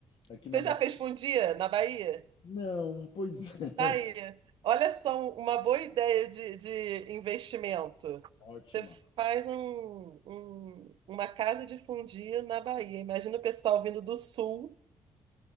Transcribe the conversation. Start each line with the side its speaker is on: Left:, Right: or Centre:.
Left: Aqui na
Right: Você
Left: Bahia.
Right: já fez fundir na Bahia?
Left: Não, pois <laughs>
Right: Daí,
Left: é,
Right: olha só um, uma boa ideia de, de investimento.
Left: ótima.
Right: Você faz um, um- uma casa de fundir na Bahia. Imagina o pessoal vindo do sul,